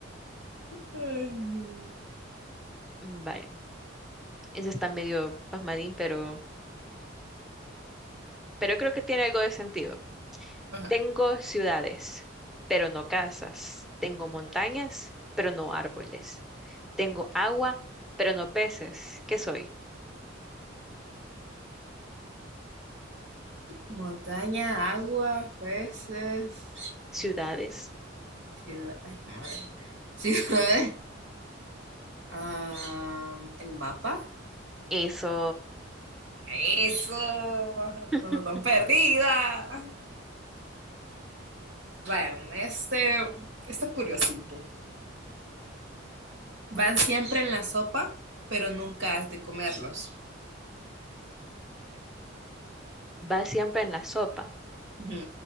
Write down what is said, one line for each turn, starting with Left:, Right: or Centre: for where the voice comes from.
Right: Ay, no.
Centre: Vaya. Ese está medio pasmadín, pero. pero creo que tiene algo de sentido.
Right: Ajá.
Centre: Tengo ciudades, pero no casas. Tengo montañas, pero no árboles. Tengo agua, pero no peces. ¿Qué soy?
Right: Montaña, agua, peces,
Centre: Ciudades.
Right: ciudad. Ay, madre. <laughs> Ciudades. am, el mapa.
Centre: Eso
Right: Eso.
Centre: <laughs>
Right: No nos tan perdida. Bueno, este, esto es curiosito. Van siempre en la sopa, pero nunca has de comerlos.
Centre: va siempre en la sopa,
Right: Ujú.